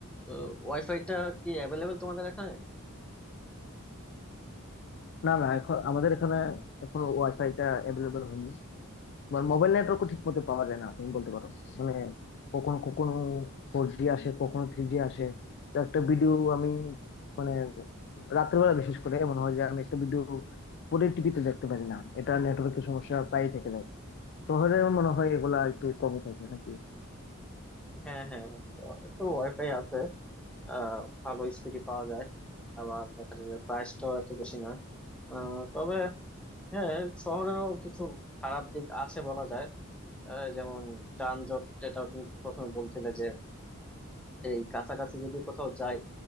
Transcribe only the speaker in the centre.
তো ওয়াইফাইটা কি অ্যাভেলেবেল তোমাদের এখানে
হ্যাঁ হ্যাঁ হ্যাঁ শহরে তো ওয়াইফাই আছে আহ, ভালো স্পিডে পাওয়া যায় আবার দেখা যায় যে প্রাইসটাও এত বেশি না আহ, তবে হ্যাঁ শহরেরও কিছু খারাপ দিক আছে বলা যায় আহ, যেমন যানজট যেটা তুমি প্রথমে বলছিলে যে এই কাছাকাছি যদি কোথাও যাই